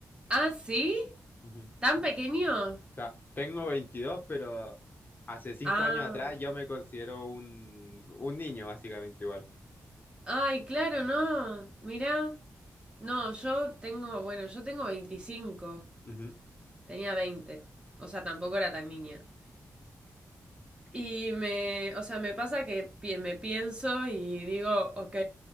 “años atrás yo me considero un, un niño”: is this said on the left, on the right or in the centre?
Left